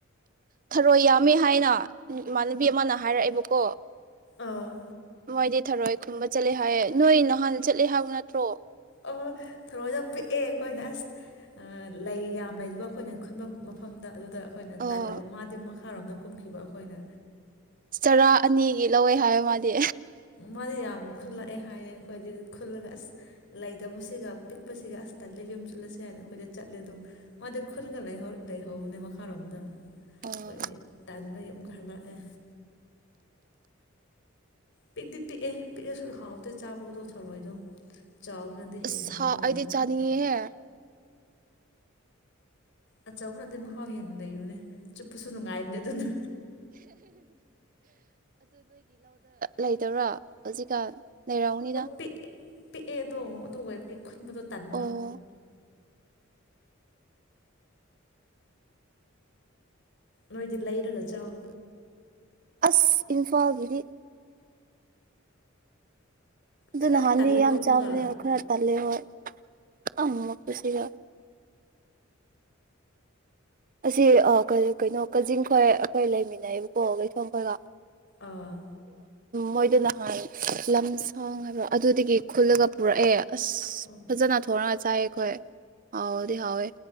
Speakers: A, on the right (about 45°); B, on the left (about 60°).
A: ꯊꯔꯣꯏ ꯌꯥꯝꯃꯦ ꯍꯥꯏꯅ ꯏꯃꯥꯟꯅꯕꯤ ꯑꯃꯅ ꯍꯥꯏꯔꯛꯑꯦꯕꯀꯣ
B: ꯑꯧ
A: ꯃꯣꯏꯗꯤ ꯊꯔꯣꯏ ꯈꯨꯟꯕ ꯆꯠꯂꯦ ꯍꯥꯏꯌꯦ ꯅꯣꯏ ꯅꯍꯥꯟ ꯆꯠꯂꯦ ꯍꯥꯏꯕ ꯅꯠꯇ꯭ꯔꯣ
B: ꯑꯣ ꯊꯔꯣꯏꯗꯣ ꯄꯤꯛꯑꯦ ꯑꯈꯣꯏꯅ ꯑꯁ ꯑꯥ ꯂꯩ ꯌꯥꯝ ꯂꯩꯕ ꯑꯈꯣꯏꯅ ꯈꯨꯟꯕꯥꯝ ꯃꯐꯝꯗ ꯑꯗꯨꯗ ꯑꯈꯣꯏꯅ
A: ꯑꯣ
B: ꯇꯜꯂꯕ ꯃꯥꯗꯤ ꯃꯈ ꯈꯔꯣꯝꯗ ꯀꯨꯝꯈꯤꯕ ꯑꯈꯣꯏꯅ
A: ꯆꯔꯥ ꯑꯅꯤꯒꯤ ꯂꯧꯋꯦ ꯍꯥꯏ ꯃꯥꯗꯤ
B: ꯃꯥꯗꯤ ꯌꯥꯝ ꯈꯨꯜꯂꯛꯑꯦ ꯍꯥꯏꯌꯦ ꯑꯈꯣꯏꯗꯤ ꯈꯨꯜꯂꯒ ꯑꯁ ꯂꯩꯇꯕꯁꯤꯒ ꯄꯤꯛꯄꯁꯤꯒ ꯑꯁ ꯇꯠꯂꯦ ꯌꯨꯝ ꯆꯠꯂꯁꯦ ꯍꯥꯏꯅ ꯑꯈꯣꯏꯗ ꯆꯠꯂꯦ ꯑꯗꯨꯝ ꯃꯥꯗꯤ ꯈꯨꯜꯒ ꯂꯩꯍꯧ ꯂꯩꯍꯧꯕꯅꯦ ꯃꯈꯥꯔꯣꯝꯗ
A: ꯑꯣ
B: ꯍꯣꯏꯗꯤ ꯇꯠ ꯂꯩ ꯑꯃꯨꯛꯀꯥ ꯍꯜꯂꯛꯑꯦ ꯄꯤꯛꯇꯤ ꯄꯤꯛꯑꯦ ꯄꯤꯛꯑꯁꯨ ꯍꯥꯎꯗꯦ ꯆꯥꯕꯗꯣ ꯊꯔꯣꯏꯗꯣ ꯆꯥꯎꯕꯅꯗꯤ ꯍꯦꯟꯅ
A: ꯑꯁ
B: ꯃꯍꯥꯎ
A: ꯍꯥꯥ ꯑꯩꯗꯤ
B: ꯂꯩ
A: ꯆꯥꯅꯤꯡꯉꯦꯍꯦ
B: ꯑꯆꯧꯕꯅꯗꯤ ꯃꯍꯥꯎ ꯍꯦꯟꯅ ꯂꯩꯕꯅꯦ ꯆꯨꯞꯄꯁꯨ ꯅꯨꯡꯉꯥꯏꯕꯅꯦ ꯑꯗꯨꯅ
A: ꯂꯩꯗꯣꯔꯥ ꯍꯧꯖꯤꯛꯀꯟ ꯂꯩꯔꯝꯅꯤꯗ
B: ꯄꯤꯛ ꯄꯤꯛꯑꯦ ꯑꯗꯣ ꯑꯗꯨ ꯑꯣꯏꯕꯒꯤ ꯈꯨꯟꯕꯗꯣ ꯇꯟꯕꯥ
A: ꯑꯣ
B: ꯅꯣꯏꯗꯤ ꯂꯩꯔꯒ ꯆꯥꯎ
A: ꯑꯁ ꯏꯟꯐꯥꯜꯒꯤꯗꯤ ꯑꯗꯨ
B: ꯈꯔꯗꯤ
A: ꯅꯍꯥꯟꯗꯤ
B: ꯇꯜꯂꯦꯀꯣ
A: ꯌꯥꯝ
B: ꯑꯃꯨꯛꯀ
A: ꯆꯥꯕꯅꯦ ꯈꯔ ꯇꯜꯂꯦ ꯍꯣꯏ ꯑ ꯃꯀꯨꯁꯤꯒ ꯑꯁꯤ ꯑ ꯀꯩ ꯀꯩꯅꯣ ꯀꯖꯤꯡ ꯈꯣꯏ ꯑꯈꯣꯏ ꯂꯩꯃꯤꯟꯅꯩꯑꯕꯀꯣ ꯂꯩꯩꯊꯣꯡ ꯈꯣꯏꯒ
B: ꯑꯥ
A: ꯃꯣꯏꯗ ꯅꯍꯥꯟ ꯂꯝꯁꯥꯡ ꯍꯥꯏꯕꯔꯥ ꯑꯗꯨꯗꯒꯤ ꯈꯨꯜꯂꯒ ꯄꯨꯔꯛꯑꯦ ꯑꯁ
B: ꯑꯣ
A: ꯐꯖꯅ ꯊꯣꯔꯥ ꯆꯥꯏꯌꯦꯈꯣꯏ ꯍꯥꯎꯑꯣꯗꯤ ꯍꯥꯎꯋꯦ